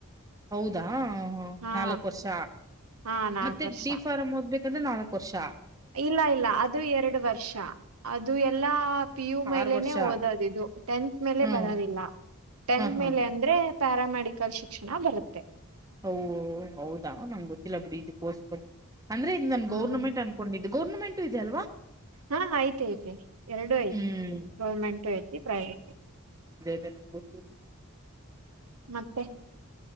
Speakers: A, on the right; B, on the right.
A: ಹೌದಾ. ಹ
B: ಹಾ
A: ನಾಲ್ಕು ವರ್ಷ
B: ಹಾ ನಾಕ್
A: ಮತ್ತೆ
B: ವರ್ಷ
A: ಡಿ ಫಾರಂ ಓದ್ಬೇಕ. ಅಂದ್ರೆ ನಾಲ್ಕ ವರ್ಷಾ
B: ಇಲ್ಲ ಇಲ್ಲ ಅದು ಎರಡು ವರ್ ಇದು ಎಲ್ಲಾ ಪಿ ಯು ಮೇಲೆೇ
A: ಆರು ವರ್ಷ
B: ಓದದಿದು ಟೆಂಥ್ ಮೇಲೆ
A: ಹ್ಮ್
B: ಬರೋದಿಲ್ಲ ಟೆಂತ್
A: ಹಾ ಹಾ
B: ಮೇಲೆ ಅಂದ್ರೆ ಪ್ಯಾರ ಮೆಡಿಕಲ್ ಶಿಕ್ಷಣ ಬರುತ್ತೆ
A: ಹೌ ಹೌದಾ ನಂಗ್ ಗೊತ್ತಿಲ್ಲ ಬಿಡಿ ಇದಕ್ಕೋಸ್ ಬಗ್ ಅಂದ್ರೆ ಇ ನಮನ್
B: ಹ್ಮ್
A: ಗೌರ್ಮಂಟ್ ಅನ್ಕೊಂಡಿದ್ದಿ ಗೌರ್ನಮೆಂಟು ಇದೆ ಅಲ್ವಾ?
B: ಹಾ ಐತಿ ಐತೆ ಎರಡುೂ ಐತೆ
A: ಹ್ಮ್
B: ಗೌರ್ಮೆಂಟು ಐತಿ ಪ್ರೈವೇಟು
A: ನಮ್ಗ ಗೊತ್ತು
B: ಮತ್ತೆ